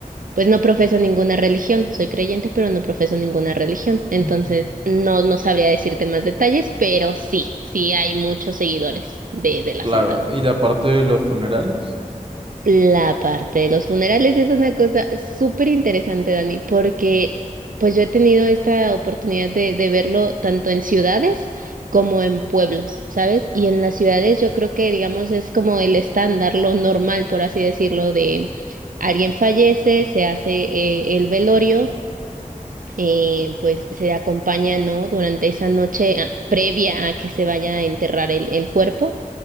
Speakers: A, on the right; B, on the right.
A: Pues no profeso ninguna religión, soy creyente, pero no profeso ninguna religión. Entonces,
B: Ujú.
A: no, no sabría decirte más detalles, pero sí, sí hay muchos seguidores de, de la
B: Claro,
A: Santa Muerte.
B: ¿y la parte de los funerales?
A: La parte de los funerales es una cosa súper interesante, Dani, porque pues yo he tenido esta oportunidad de, de verlo tanto en ciudades como en pueblos, ¿sabes? Y en las ciudades yo creo que, digamos, es como el estándar, lo normal, por así decirlo, de alguien fallece, se hace eh, el velorio eh, pues se acompaña, ¿no? Durante esa noche ah, previa a que se vaya a enterrar el, el cuerpo